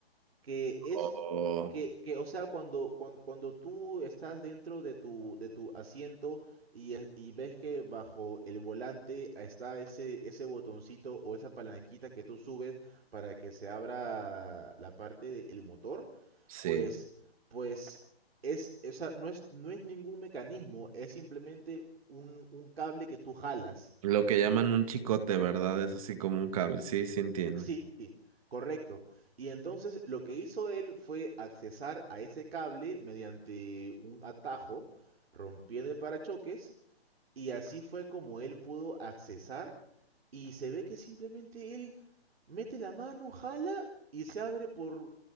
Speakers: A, on the right (about 70°); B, on the right (about 35°).
A: que es
B: Oh,
A: que, que, o sea, cuando, cuando, cuando tú estás dentro de tu, de tu asiento y, es- y ves que bajo el volante está ese, ese botoncito o esa palanquita que tú subes para que se abra la parte del motor,
B: sí.
A: pues, pues es, o sea, no es, no es ningún mecanismo, es simplemente un, un cable que tú jalas.
B: Lo que llaman un chicote, ¿verdad? Es así como un cable. Sí, sí entiendo.
A: Sí, correcto. Y entonces lo que hizo él fue accesar a ese cable mediante un atajo, rompiendo el parachoques, y así fue como él pudo accesar. Y se ve que simplemente él mete la mano, jala y se abre por,